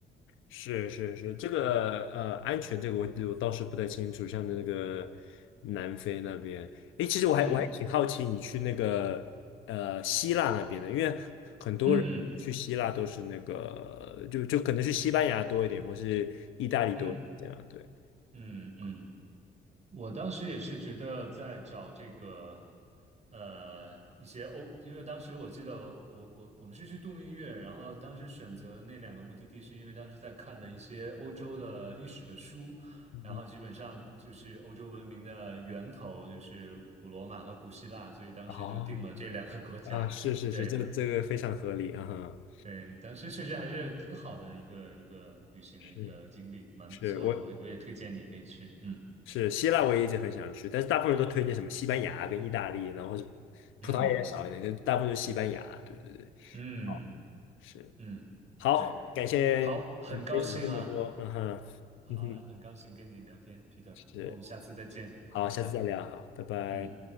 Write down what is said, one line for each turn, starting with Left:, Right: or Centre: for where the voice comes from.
Left: 是是是，这个呃，安全这个我我倒是不太清楚，像那个南非那边，诶，其实我还我还挺好奇你去那个呃希腊那边的，
Right: 嗯
Left: 因为很多人去希腊都是那个就就可能去西班牙多一点，
Right: 嗯嗯
Left: 或是意大利多一点这样，
Right: 嗯
Left: 对，
Right: 嗯嗯，我当时也是觉得在找这个呃一些欧，因为当时我记得我我我们是去度蜜月，然后当时选择那两个目的地是因为当时在看的一些欧洲的历史的书，
Left: 嗯，
Right: 然后基本上就是欧洲文明的源头就是古罗马和古希腊，所以当时就定了这两个国家。
Left: 哦，啊，是是是，
Right: 对，
Left: 这这个非常合理啊哈，
Right: 对，但是确实还是挺好的一个一个旅行的一个经历，
Left: 是
Right: 蛮不错的。
Left: 是我。
Right: 我我也推荐你可以去。嗯
Left: 是希腊我也一直很想去，但是大部分人都推荐什么西班牙跟意大利，然后是葡萄牙也少一点，
Right: 嗯
Left: 但大部分就是西班牙。对对对，
Right: 嗯
Left: 好，是。
Right: 嗯，
Left: 好，
Right: 对，
Left: 感谢你分享这么多，
Right: 好，很高兴啊，
Left: 嗯哼，
Right: 好呀，
Left: 嗯哼，
Right: 很高兴跟你聊天，Peter。
Left: 是。
Right: 那我们下次再见，
Left: 好，
Right: 拜拜。
Left: 下次再聊，好，拜拜。
Right: 嗯。